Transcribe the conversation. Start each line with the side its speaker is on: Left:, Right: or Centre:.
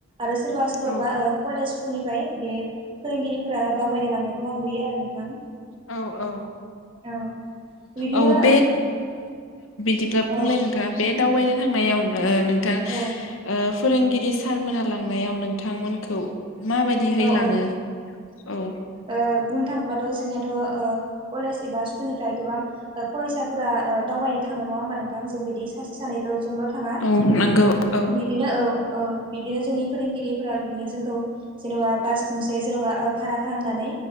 Right: आरो सोरोबा सोरबाबा
Left: औ
Right: ओ कलेज स्कुलनिफ्राय बे फोरोंगिरिफोरा दावबायनो लांनायखौ आं नुयो आरो नोंथां
Left: औ औ
Right: औ बिदिनो
Left: औ <unintelligible> दिब्ला
Right: ओ
Left: बुंलाय
Right: औ
Left: नोंथाङा बे दावबायनो थांनायाव नोंथां
Right: औ
Left: ओ फोरोंगिरि सारमोना लांनायाव नोंथांमोनखौ माबायदिहै
Right: औ
Left: लाङो?
Right: औ
Left: औ
Right: ओ बुंनो थाङोबाथ' जोंनिया थ ओ कलेज एबा स्कुलनिफ्राय गोबां फरायसाफोरा ओ दावबायनो थाङो नङा होमबा नोंथां जों बिदि सासे सानैल' जोंल' थाङा
Left: औ नंगौ औ
Right: बिदिनो औ औ बिबदिनो जोंनि फोरोंगिरिफोरा बिदिनो जोंखौ जेनेबा बास गंसे जेन'बा भारा खालामनानै